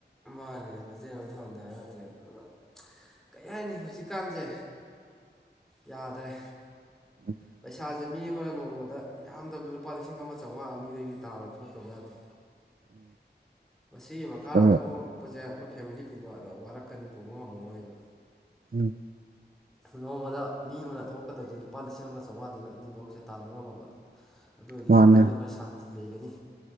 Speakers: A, in the centre; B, on the right.
A: ꯃꯥꯅꯦ ꯐꯕꯖꯦꯠ ꯑꯃ ꯊꯝꯍꯟꯗꯕ ꯌꯥꯗ꯭ꯔꯦꯕ ꯑꯗꯨꯅ ꯀꯔꯤ ꯍꯥꯏꯅꯤ ꯍꯧꯖꯤꯛꯀꯥꯟꯁꯦ ꯌꯥꯗ꯭ꯔꯦ
B: <inaudible>
A: ꯄꯩꯁꯥꯁꯦ ꯃꯤ ꯑꯃꯅ ꯅꯣꯡꯃꯗ ꯌꯥꯝꯗ꯭ꯔꯕꯗ ꯂꯨꯄꯥ ꯂꯤꯁꯤꯡ ꯑꯃ ꯆꯥꯝꯃꯉꯥ ꯑꯅꯤꯗꯒꯤ ꯇꯥꯅ ꯊꯣꯛꯇꯕ ꯌꯥꯗꯦ
B: <inaudible>
A: ꯃꯁꯤꯒꯤ ꯃꯈ ꯃꯈꯥꯗ
B: ꯑ
A: ꯊꯣꯛꯂꯛꯄꯁꯦ ꯑꯩꯈꯣꯏ ꯐꯦꯃꯤꯂꯤ ꯄꯨꯕ ꯋꯥꯔꯛꯀꯅꯤ ꯄꯨꯕ ꯉꯝꯃꯛꯑꯣꯏꯕ
B: ꯎꯝ
A: ꯅꯣꯡꯃꯗ ꯃꯤ ꯑꯃꯅ ꯊꯣꯛꯀꯗꯕꯁꯦ ꯂꯨꯄꯥ ꯂꯤꯁꯤꯡ ꯑꯃ ꯆꯥꯝꯃꯉꯥꯗꯩꯅ ꯑꯅꯤꯐꯧꯁꯦ ꯇꯥꯟꯕ ꯉꯝꯃꯕ ꯑꯗꯨ ꯑꯣꯏꯔꯗꯤ
B: ꯃꯥꯅꯦ
A: ꯐꯦꯃꯤꯂꯤꯗꯣ ꯈꯔ ꯁꯥꯟꯇꯤ ꯂꯩꯒꯅꯤ